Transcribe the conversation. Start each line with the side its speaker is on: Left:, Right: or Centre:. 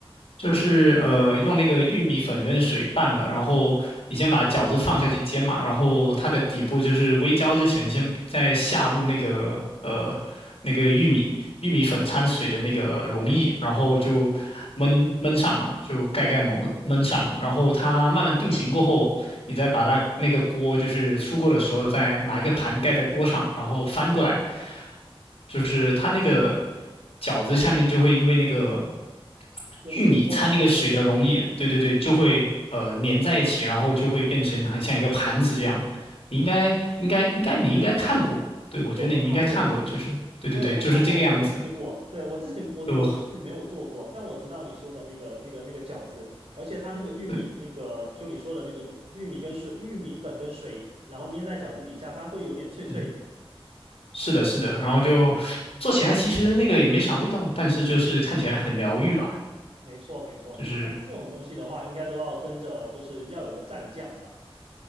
Left: 就是呃，用那个玉米粉跟水拌了，然后你先把饺子放下去煎嘛，然后它的底部就是微焦之前，先再下入那个呃那个玉米玉米粉掺水的那个溶液，然后就焖焖上嘛，就盖盖蒙焖上，然后它慢慢定型过后，你再把它那个锅就是出锅的时候，再拿一个盘盖在锅上，然后翻过来，就是它那个饺子下面就会因为那个。
Right: 有那个锅巴，
Left: 玉米掺那个水的溶液，对对对，就会呃粘在一起，然后就会变成很像一个盘子这样。你应该应该应该你应该看过，对，我觉得你应该看过，
Right: 这我看过。
Left: 就是对对对，
Right: 对，我看过，
Left: 就是这个样子，
Right: 我也吃过。对，我自己，我我自己没有做过，
Left: 就
Right: 但我知道你说的那个、那个、那个饺子，而且它那个玉米，
Left: 对，
Right: 那个就你说的那个玉米跟水、玉米粉跟水，然后粘在饺子底下，它会有点脆脆的。
Left: 嗯，是的，是的，然后就做起来其实那个也没啥味道，但是就是看起来很疗愈吧，
Right: 没错，没错。
Left: 就是
Right: 但这种东西的话，应该都要跟着，就是要有一个蘸酱吧？